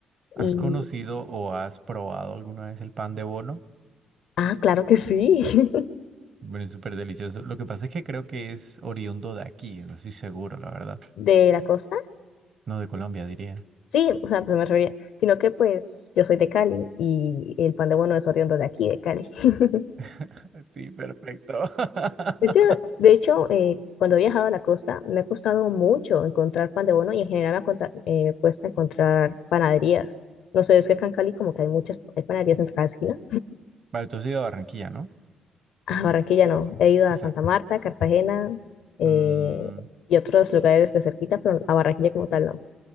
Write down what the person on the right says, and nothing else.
¿Has
conocido o has probado alguna vez el pan de bono?
Bueno, es súper delicioso. Lo que pasa es que creo que es oriundo de aquí, no estoy seguro, la verdad.
No de Colombia, diría.
<laughs> Sí, perfecto. <laughs>
Vale, tú has ido a Barranquilla, ¿no?
Exacto.
Mm,